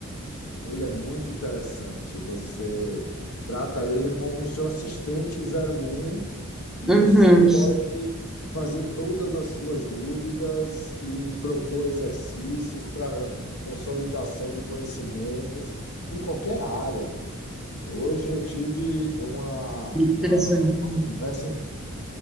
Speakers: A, on the left; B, in the centre.
A: ele é muito interessante. Você trata ele como o seu assistente zero um. E
B: Uhum,
A: você pode fazer todas as suas dúvidas e propor exercícios para consolidação de conhecimentos em qualquer área. Hoje eu tive uma,
B: interessante.
A: uma, uma
B: né?
A: conversa